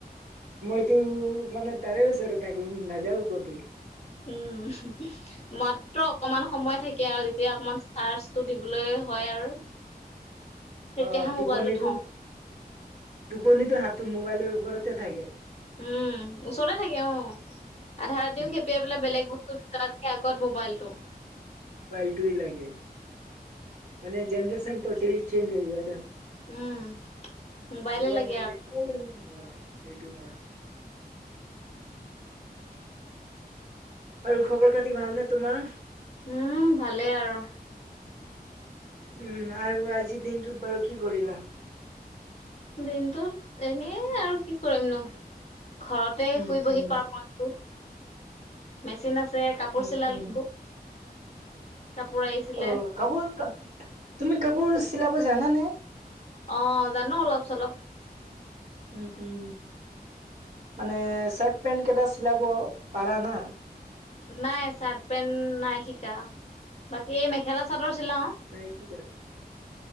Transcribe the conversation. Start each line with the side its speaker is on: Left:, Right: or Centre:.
Right: মইতো মানে তাৰে ওচৰ থাকিম নাযাওঁ কতো।
Left: উম মাত্ৰ অকমান সময় থাকে আৰু তেতিয়া অকমান চাৰ্জটো দিবলৈ হয় আৰু। তেতিয়াহে
Right: অ টোপনিতো
Left: মোবাইলটো থওঁ।
Right: টোপনিতো হাতটো মোবাইলৰ ওপৰতে থাকে।
Left: উম ওচৰতে থাকে অঁ, আধা ৰাতিও
Right: উম।
Left: সেপিয়াই পেলাই বেলেগ বস্তু তাতকে আগত মোবাইলটো।
Right: মোবাইলটোৱে লাগে। মানে জেনেৰেচন টোটেলি চেঞ্জ হৈ গল না।
Left: উম মোবাইলে
Right: মোবাইল
Left: লাগে
Right: নহলে
Left: আৰু
Right: <unintelligible> আৰু খবৰ খাতি ভালনে তোমাৰ?
Left: উম ভালে আৰু।
Right: উম আৰু আজিৰ দিনটোত বাৰু কি কৰিলা?
Left: দিনটোত এনেই আৰু কি কৰিমনো। ঘৰতে
Right: উম,
Left: শুই বহি
Right: উম।
Left: পাৰ কৰি ছো। মেচিন আছে কাপোৰ
Right: উম
Left: চিলালো,
Right: উম।
Left: কাপোৰ আহিছিলে।
Right: অ কাপোৰ তুমি কাপোৰ চিলাব জানা নে?
Left: অঁ জানো অলপ চলপ।
Right: উম উম, মানে চাৰ্ট পেণ্ট কেইটা চিলাব পাৰা না?
Left: নাই চাৰ্ট পেণ্ট নাই শিকা। বাকী এই মেখেলা চাদৰ চিলাও।
Right: নাই শিকা?